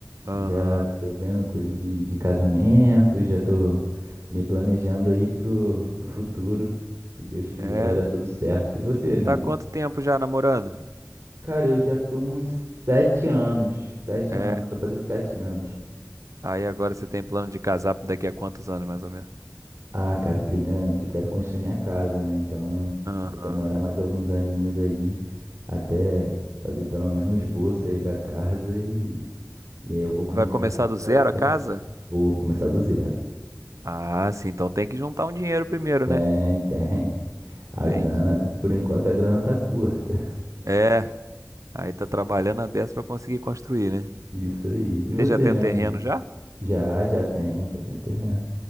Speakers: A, on the right; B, on the right.
A: aham.
B: já tô vendo coisa de, de casamento, já tô me planejando aí pro, pro futuro. Se Deus quiser,
A: É,
B: vai dar tudo certo. E você, meu
A: tá
B: amigo?
A: há quanto tempo já namorando?
B: Cara, eu já tô uns sete anos, sete
A: É,
B: anos, vou fazer sete anos.
A: aí agora você tem plano de casar daqui a quantos anos, mais ou menos?
B: Ah, cara, primeiramente eu quero construir minha casa, né? Então
A: Aham.
B: vai demorar mais alguns aninhos aí até fazer pelo menos o esboço aí da casa e, e aí eu vou começar
A: Vai começar do
B: pra-
A: zero
B: pra-
A: a casa?
B: vou começar do zero.
A: Ah, sim, então tem que juntar um dinheiro primeiro,
B: Tem,
A: né?
B: tem. A
A: Entendi.
B: grana, por enquanto a grana tá curta.
A: É, aí tá trabalhando a beça pra conseguir construir, né?
B: <laughs> Isso aí. E você,
A: Você já tem
B: meu
A: o terreno
B: amigo?
A: já?
B: Já, já tem, já tem terreno.